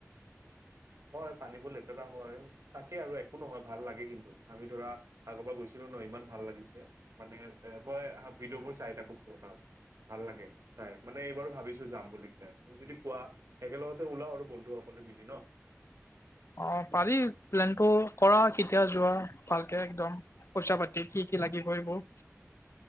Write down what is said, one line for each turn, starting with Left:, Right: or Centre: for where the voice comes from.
Right: হয় পানীবোৰ লেতেৰা হয় তাকে আৰু একো নহয় ভাল লাগে কিন্তু আমি ধৰা আগৰ পৰা গৈছো ন ইমান ভাল লাগিছে মানে এ মই ভিডিঅ' বোৰ চাই থাকো বনাম ভাল লাগে চাই মানে এইবাৰো ভাবিছো যাম বুলি কিনে তুমি যদি কোৱা একেলগতে ওলাও আৰু বন্ধুসকল মিলি ন।
Left: অ পাৰি প্লেন টো কৰা কেতিয়া যোৱা ভালকে একদম পইচা পাতি কি কি কি লাগিব এইবোৰ